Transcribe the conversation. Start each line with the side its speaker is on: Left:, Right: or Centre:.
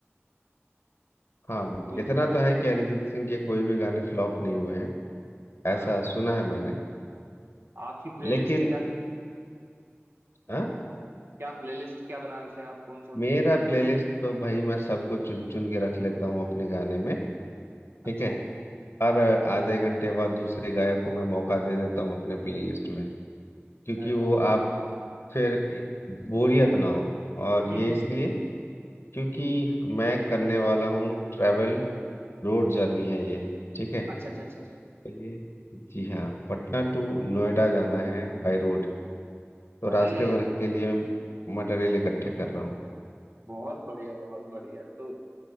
Left: हाँ
Right: कोई
Left: इतना
Right: भी गाना
Left: तो है
Right: लो।
Left: कि अरिजीत सिंह के कोई भी गाने फ्लॉप नहीं हुए हैं
Right: हाँ
Left: ऐसा सुना है मैंने
Right: आपकी प्लेलिस्ट
Left: लेकिन
Right: क्या थी
Left: हाँ
Right: क्या प्लेलिस्ट क्या बना रहे थे आप कौन कौन
Left: मेरा
Right: से
Left: प्लेलिस्ट तो भाई मैं सबको चुन चुन के रख लेता हूँ अपने गाने में
Right: अच्छा
Left: ठीक है और आधे घंटे बाद दूसरे गायक को मैं मौका दे देता हूँ अपने प्लेलिस्ट में क्योंकि
Right: ऐसा
Left: वो आप फिर ए- बोरियत ना हो और
Right: हम्म
Left: ये
Right: हम्म,
Left: इसलिए क्योंकि मैं करने वाला हूँ ट्रैवल रोड जर्नी है ये ठीक है
Right: अच्छा अच्छा अच्छा अच्छा
Left: तो ये जी हाँ पटना टू नोएडा जाना है बाय रोड तो
Right: अरे
Left: रास्ते भर के लिए मैं मटेरियल इकट्ठे कर रहा हूँ
Right: बहुत बढ़िया बहुत बढ़िया तो